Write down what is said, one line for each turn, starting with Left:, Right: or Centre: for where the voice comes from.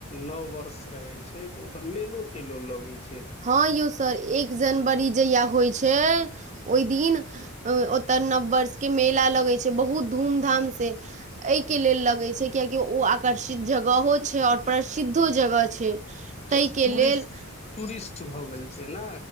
Left: नव वर्ष रहे छै त ता मेलो तेलो लगे छै
Right: हँ यौ सर एक जनवरी जहिया होइ छै ओहि दिन ओते नववर्ष के मेला लगे छै बहुत धूम धाम से ए के लेल लगे छै कआाकि ओ आकर्षित जगहो छै और प्रसिद्धो जगह छै
Left: अच्ा
Right: ताहिके
Left: टूरिस्ट-
Right: लेल
Left: टूरिस्ट किछु भऽ गेल छै ने